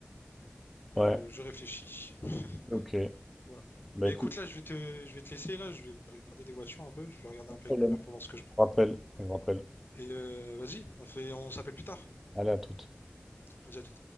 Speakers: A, in the centre; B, on the left.
A: Ouais,
B: Euh, je réfléchis. Du
A: ok.
B: coup, voilà.
A: Bah,
B: Bah
A: écoute,
B: écoute, là, je vais te, je vais te laisser, là, je vais regarder des voitures un peu, je vais regarder
A: pas
B: un
A: de
B: peu
A: problème.
B: avec ma mère
A: Je
B: pour voir ce que je prends.
A: rappelle, je rappelle.
B: Et euh, vas-y, on fait, on s'appelle plus tard.
A: Allez, à toute.
B: Vas-y, à tout.